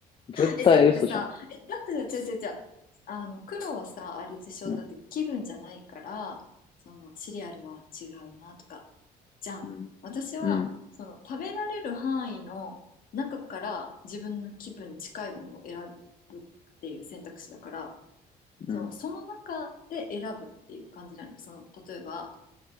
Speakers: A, on the left (about 30°); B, on the left (about 55°).
A: 絶対嘘じゃん。
B: え、だってさ、え、だってさ、<laughs> 違う違う違う。あの、黒はさ、あれでしょ、
A: うん。
B: だって気分じゃないから、その、シリアルは違うなとか、じゃん。
A: うん。
B: 私は、
A: うん。
B: その、食べられる範囲の中から自分の気分に近いものを選ぶっていう選択肢だから、
A: うん。
B: その、その中で選ぶっていう感じなのよ。その、例えば、